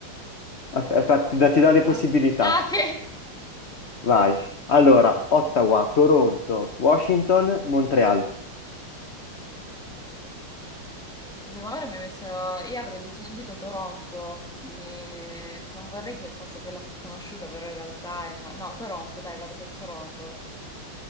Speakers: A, on the left; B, in the centre.
A: Aspe-
B: eh,
A: Aspetta, ti do, ti do le
B: no?
A: possibilità.
B: Ah, ok,
A: Vai.
B: <laughs>
A: Allora,
B: ok.
A: Ottawa, Toronto, Washington, Montreal.
B: L'ultima ora mi ha messo, io avrei detto subito Toronto, mi- non vorrei che fosse quella più conosciuta, però in realtà è... ma- No, Toronto, dai, vado per Toronto.